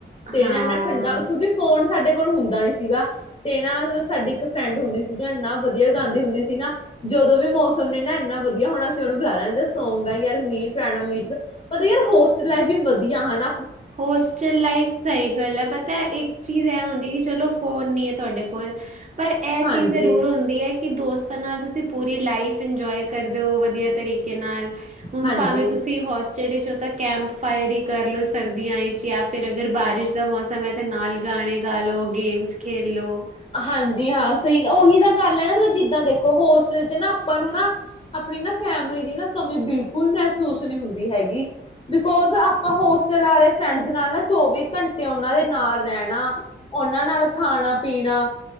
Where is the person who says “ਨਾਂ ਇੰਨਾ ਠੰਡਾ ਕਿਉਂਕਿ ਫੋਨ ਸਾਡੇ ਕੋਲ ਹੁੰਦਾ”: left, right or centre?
Left